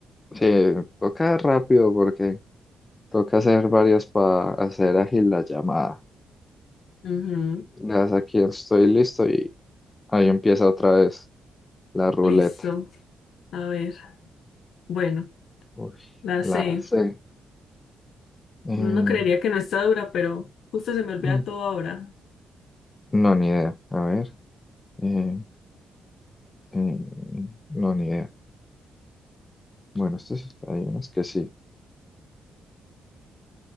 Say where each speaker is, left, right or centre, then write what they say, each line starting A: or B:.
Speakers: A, on the left (about 20°); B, on the left (about 65°).
A: Sí, toca rápido porque toca hacer varias para hacer ágil la llamada.
B: Ujú,
A: Das aquí estoy listo y ahí empieza otra vez la ruleta.
B: Listo. A ver, bueno,
A: Uy,
B: la
A: la
B: C.
A: C. Eh,
B: No creería que no está dura, pero justo se me olvida
A: mm,
B: todo ahora.
A: no, ni idea. A ver. eh, eh, no, ni idea. Bueno, estos hay unas que sí.